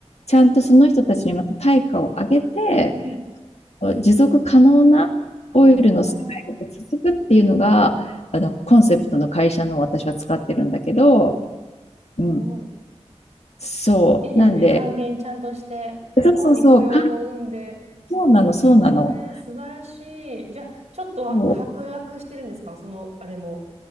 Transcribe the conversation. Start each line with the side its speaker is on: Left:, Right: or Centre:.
Left: ちゃんとその人たちにまた対価を上げて、
Right: うん。
Left: 持続可能なオイルの世界を続くっていうのが、
Right: ああ。
Left: あのコンセプトの会社の私は使ってるんだけど、
Right: すごい。
Left: うん、そう。
Right: いいですね。
Left: なんで、
Right: 還元ちゃんとして、向こうに雇用を生んで。
Left: そうそうそう、かそうなの、そうなの。
Right: えー、素晴らしい。じゃあ、ちょっとは白濁してるんですかその、
Left: そう
Right: あれも。